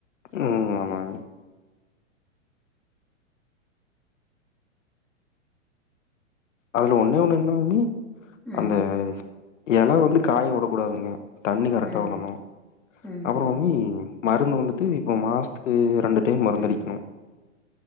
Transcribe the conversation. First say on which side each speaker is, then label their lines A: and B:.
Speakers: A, on the left (about 70°); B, in the centre.
A: உம் ஆமா <unintelligible> அதுல ஒன்னே ஒண்ணு என்ன மம்மி
B: ம்
A: அந்த எல வந்து காய உடக்கூடாதுங்க தண்ணி கரெக்டா
B: ம்
A: விடணும்
B: ம்
A: அப்புற
B: ம்
A: வம் மருந்து வந்துட்டு இப்போ மாசத்துக்கு ரெண்டு டைம் மருந்தடிக்கணும்
B: ம்